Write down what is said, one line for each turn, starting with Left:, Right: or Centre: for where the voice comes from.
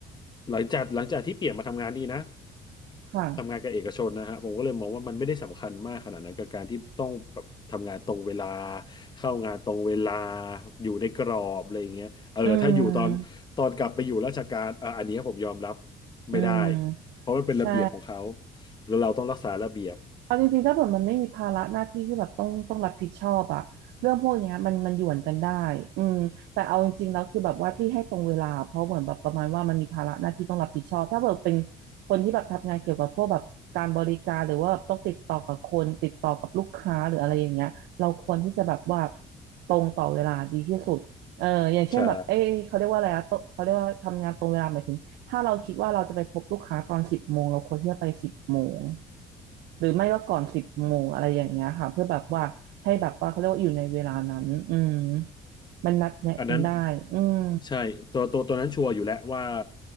Left: หลังจากหลังจากที่เปลี่ยนมาทำงานนี้นะ
Right: ค่ะ
Left: ทำงานกับเอกชนนะฮะผมก็เลยมองว่ามันไม่ได้สำคัญมากขนาดนั้นกับการที่ต้องแบบทำงานตรงเวลาเข้างานตรงเวลาอยู่ในกรอบอะไรอย่างเงี้ยเออถ้าอยู่ตอนตอนกลับไปอยู่ราชการอ่ะอันเนี้ยผมยอมรับ
Right: อืมอืมใช่
Left: ไม่ได้เพราะมันเป็นระเบียบของเขาแล้วเราต้องรักษาระเบียบ
Right: เอาจริงๆถ้าแบบมันไม่มีภาระหน้าที่ที่แบบต้องต้องรับผิดชอบอะเรื่องพวกเนี้ยมันมันหยวนกันได้อืมแต่เอาจริงๆแล้วคือแบบว่าที่ให้ตรงเวลาเพราะเหมือนแบบประมาณว่ามันมีภาระหน้าที่ต้องรับผิดชอบถ้าแบบเป็นคนที่แบบทำงานเกี่ยวกับพวกแบบการบริการหรือว่าแบบต้องติดต่อกับคนติดต่อกับลูกค้าหรืออะไรอย่างเงี้ยเราควรที่จะแบบว่าตรงต่อเวลาดีที่สุดเอออย่างเช่นแบบเอ้ยเขาเรียกว่าอะไรอะโตเขาเรียกว่าทำงานตรงเวลาหมายถึงถ้าเราคิดว่าเราจะไปพบลูกค้าตอนสิบโมงเราควรที่จะไปสิบโมง
Left: ใช่
Right: หรือไม่ก็ก่อนสิบโมงอะไรอย่างเงี้ยค่ะเพื่อแบบว่าให้แบบว่าเขาเรียกว่าอยู่ในเวลานั้นอืมมันนัดแนะกันได้อืม
Left: อันนั้นใช่ตัวตัวตัวนั้นชัวร์อยู่แล้วว่า